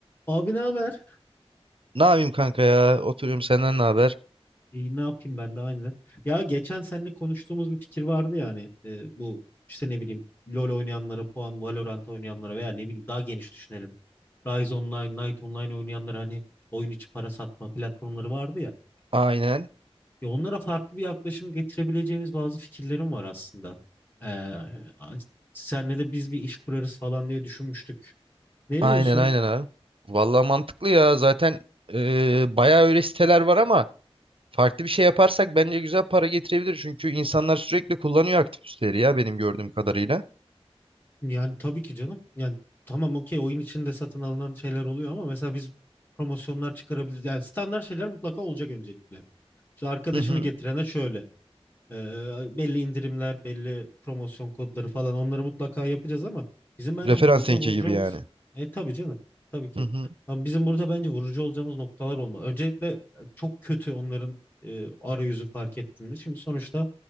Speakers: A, on the left (about 20°); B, on the right (about 60°).
A: Abi ne haber?
B: Ne yapayım kanka ya? Oturuyorum senden ne haber?
A: İyi ne yapayım ben de aynı. Ya geçen seninle konuştuğumuz bir fikir vardı yani bu işte ne bileyim LoL oynayanlara puan, Valorant oynayanlara veya ne bileyim daha geniş düşünelim. Rise Online, Night Online oynayanlara hani oyun içi para satma platformları vardı ya.
B: Aynen.
A: Ya onlara farklı bir yaklaşım getirebileceğimiz bazı fikirlerim var aslında. Ee, senle de biz bir iş kurarız falan diye düşünmüştük. Ne
B: Aynen
A: diyorsun?
B: aynen abi. Vallahi mantıklı ya. Zaten e, bayağı öyle siteler var ama farklı bir şey yaparsak bence güzel para getirebilir. Çünkü insanlar sürekli kullanıyor aktif siteleri ya benim gördüğüm kadarıyla.
A: Yani tabii ki canım. Yani tamam okey oyun içinde satın alınan şeyler oluyor ama mesela biz promosyonlar çıkarabiliriz. Yani standart şeyler mutlaka olacak öncelikle. İşte arkadaşını
B: Hı hı.
A: getirene şöyle. e, belli indirimler, belli promosyon kodları falan onları mutlaka yapacağız ama bizim bence
B: Referans
A: burada
B: linki
A: vuracağımız
B: gibi yani.
A: e tabii canım. Tabii ki.
B: Hı hı.
A: Ama bizim burada bence vurucu olacağımız noktalar olmalı. Öncelikle e, çok kötü onların e, arayüzü fark ettin mi? Şimdi sonuçta